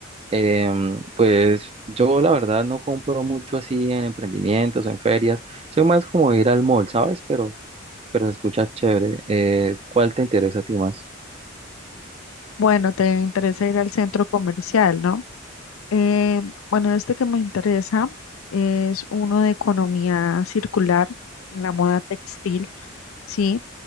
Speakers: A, on the right; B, on the left.
A: Em, pues yo la verdad no compro mucho así en emprendimientos o en ferias. Soy más como ir al mall, ¿sabes? Pero, pero se escucha chévere. Eh, ¿cuál te interesa a ti más?
B: Bueno, te interesa ir al centro comercial, ¿no? Eh, bueno, este que me interesa es uno de economía circular, la moda textil, ¿sí?